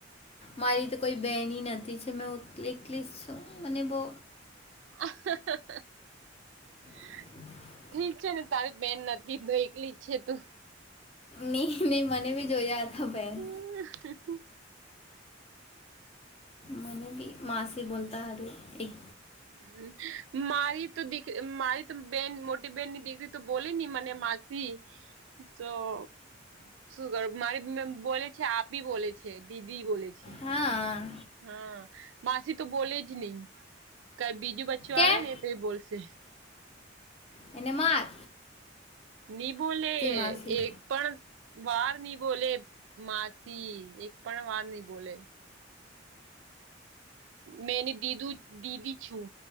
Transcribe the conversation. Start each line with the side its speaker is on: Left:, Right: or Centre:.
Left: મારી તો કોઈ બહેન નથી છે મેં હું એકલી જ છું મને બહુ
Right: <unintelligible>
Left: <unintelligible>
Right: ઠીક છે ને તારી બેન નથી તો એકલી જ છે તું
Left: નહી નહી મને ભી જોયા હતા બેન
Right: હ
Left: મને ભી માસી બોલતા હું એક
Right: હમ મારી તો મારી તો બેન મોટી બેન ની દીકરી તો બોલેય નય મને માસી તો શું કરું મારી બોલે છે આપી બોલે છે દીદી બોલે છે
Left: હા
Right: હા માસી તો બોલે જ નહી કઈ બીજું બચ્ચું
Left: કેમ
Right: આવે ને તો એ બોલશે
Left: એનેમાં
Right: ની બોલે
Left: માસી
Right: એક પણ વાર ની બોલે માસી એક પણ વાર નહી બોલે મેંને દીધું દીદી છું